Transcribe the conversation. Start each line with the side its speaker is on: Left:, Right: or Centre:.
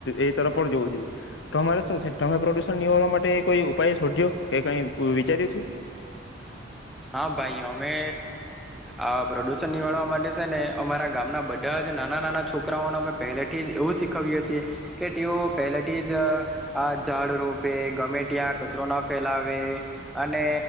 Left: એ તરફ પણ જોવું જોઈએ, તો અમારે શું છે? તમે પ્રદુષણ નિવારવા માટે કોઈ ઉપાય શોધ્યો કે કઈ વિચાર્યું છે?
Centre: હા ભાઈ અમે આ પ્રદૂષણ નિવાડવા માટે છે ને અમારા ગામના બધા જ નાના નાના છોકરાઓને અમે પહેલેથી જ એવું શીખવીએ છીએ કે, તેઓ પહેલેથી જ આ ઝાડ રોપે ગમે ત્યાં કચરો ના ફેલાવે, અને